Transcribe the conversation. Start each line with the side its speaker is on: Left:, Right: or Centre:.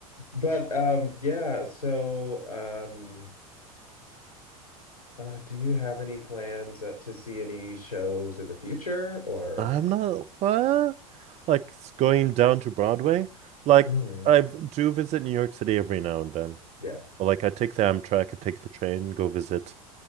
Left: but um yeah, so um uh do you have any plans uh, to see any shows in the future or
Right: I'm not uh, like it's going down to Broadway. Like
Left: mhm,
Right: I do visit New York City every now and then.
Left: yeah.
Right: Well, like I take the Amtrak, I take the train, go visit.